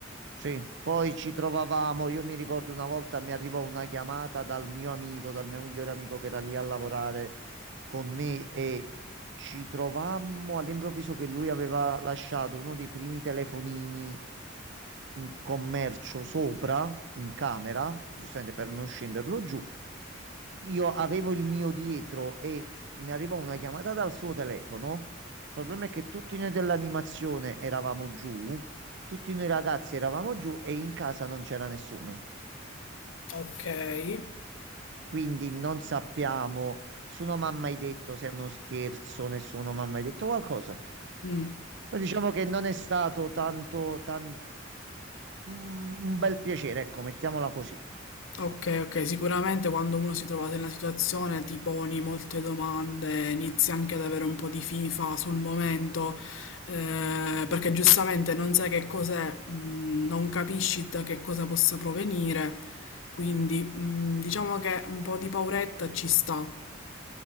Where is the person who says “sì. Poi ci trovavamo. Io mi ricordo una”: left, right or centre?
Right